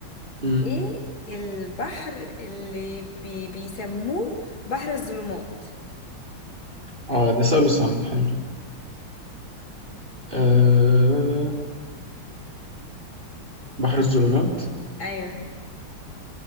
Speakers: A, on the right (about 25°); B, on the left (about 65°).
A: مم.
B: ايه البحر اللي بي... بيسموه بحر الظلمات
A: اه ده سؤال صعب حلو آه بحر الظلمات
B: ايوه